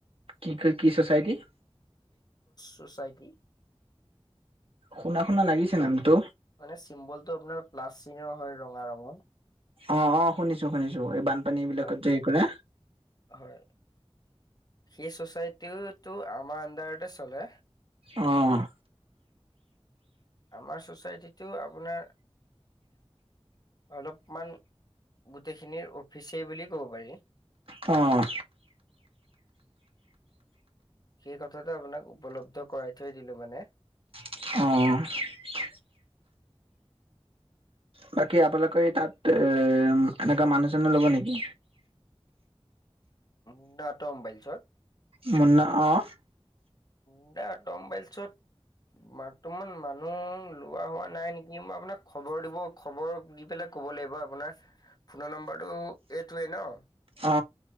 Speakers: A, on the right (about 65°); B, on the left (about 40°).
A: কি-কি-কি ছোছাইটিৰ
B: টো চাইকেল
A: শুনা শুনা লাগিছে নামটো
B: মানে চিম্বলটো আপোনাৰ। প্লাছচীনৰ হয় ৰঙা ৰঙৰ
A: অ', -অ' শুনিছো, শুনিছো এই বানপানী বিলাকত
B: হয়
A: যে হে কৰে।
B: হয় সেই ছচাইটিটো আমাৰ আণ্ডাৰতে চলে।
A: অ'।
B: আমাৰ ছচাইটিটো আপোনাৰ অলপমান গোটেইখিনিৰ অফিচই বুলি ক'ব পাৰি।
A: অহ।
B: সেই কথাটো আপোনাক উপলব্ধ কৰাই থৈ দিলো মানে
A: অ'। বাকী আপোনালোকে তাত এ এনেকুৱা মানুহজনে ল'ব নেকি?
B: <unintelligible>
A: মোৰ নে অ'
B: ইতা অট' মবাইলচত। বাৰ্তমান মানুহ লোৱা হোৱা নাই নেকি, মই আপোনাক খবৰ দিব খবৰ দি পেলাক কব লাগিব আপোনাৰ ফোনৰ নম্বৰটো এইটোৱে ন'।
A: অ